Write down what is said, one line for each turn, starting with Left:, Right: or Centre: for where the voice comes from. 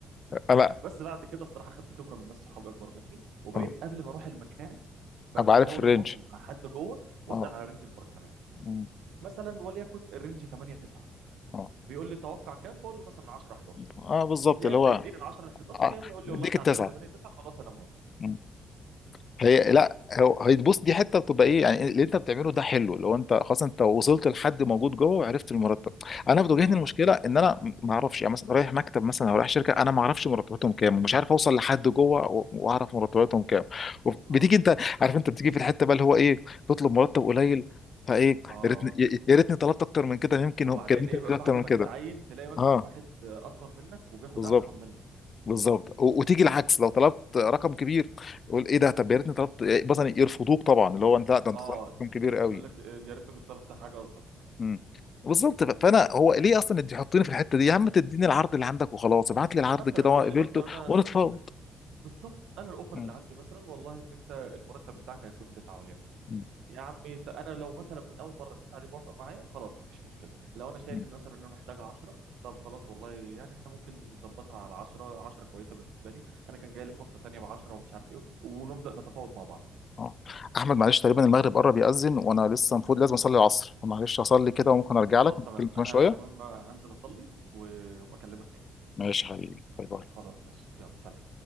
Left: آه لا
Right: بس بعد كده الصراحه خدت خبره من ناس صحابي اكبر مني وبقيت
Left: اه
Right: قبل ما اروح المكان ب-
Left: ابقى
Right: بحاول
Left: عارف الرينج
Right: اتواصل مع حد جوه واسال
Left: اه
Right: على رينج المرتبات
Left: مم.
Right: مثلا وليكن الرينج 8 9
Left: اه
Right: بيقول لي توقع كام بقول له مثلا 10 11
Left: اه بالظبط
Right: يا
Left: اللي
Right: اما
Left: هو
Right: يديني ال 10 ال 11
Left: آه.
Right: يا اما يقول لي
Left: يديك
Right: والله احنا
Left: التسعه
Right: عندنا 8 9 خلاص انا موافق
Left: مم. هي
Right: بس
Left: لا هو هيتبص دي حته بتبقى ايه يعني اللي انت بتعمله ده حلو لو انت خلاص انت وصلت لحد موجود جوه وعرفت المرتب انا بتواجهني
Right: اه
Left: المشكله ان انا ما اعرفش يعني مثلا رايح مكتب مثلا او رايح شركه انا ما اعرفش مرتباتهم كام ومش عارف اوصل لحد جوه و- واعرف مرتباتهم كام وف- بتيجي
Right: اه
Left: انت عارف انت بتيجي في الحته بقى اللي هو ايه تطلب مرتب قليل فايه
Right: اه
Left: يا ريتني يا يا ريتني طلبت اكتر من كده يمكن
Right: وبعدين
Left: هو- كان ممكن
Right: ايه
Left: يدوني
Right: بقى بعد
Left: اكتر من
Right: ما
Left: كده
Right: تتعين تلاقي مثلا
Left: اه
Right: واحد آه، اصغر منك وبياخد
Left: بالظبط
Right: اكتر منك
Left: بالظبط و- وتيجي العكس لو طلبت رقم كبير يقول ايه ده طب يا ريتني طلبت إيه، مثلا يرفضوك طبعا اللي هو انت لا ده انت
Right: اه
Left: طلبت رقم كبير قوي
Right: يقول لك آه، يا ريتك كنت طلبت حاجه اصغر
Left: امم بالظبط ف- فانا هو ليه اصلا انت تحطيني في الحته دي يا عم تديني العرض اللي عندك وخلاص ابعت لي العرض
Right: مثلا
Left: كده وانا
Right: قول لي
Left: قبلته
Right: مثلا انا ال-
Left: ونتفاوض
Right: بالظبط انا الاوفر
Left: مم.
Right: اللي عندي مثلا والله ان انت المرتب بتاعك هيكون 9 وليكن
Left: مم.
Right: يا عمي ت- انا لو مثلا من اول مره 9 دي موافقه معايا خلاص مفيش مشكله لو انا شايف
Left: مم.
Right: ان مثلا انا محتاجه 10 طب خلاص والله يعني احنا ممكن نظبطها على 10 10 كويسه بالنسبه لي انا كان جاي لي فرصه تانيه ب 10 ومش عارف ايه وبت- ونبدا نتفاوض مع بعض
Left: اه احمد معلش تقريبا المغرب قرب يأذن وانا لسه المفروض لازم اصلي العصر فمعلش اصلي كده وممكن ارجع
Right: خلاص
Left: لك نتكلم
Right: تمام
Left: كمان
Right: انا
Left: شويه
Right: كمان هنزل اصلي وابقى اكلمك تاني
Left: ماشي يا حبيبي باي باي
Right: خلاص ماشي يلا سلام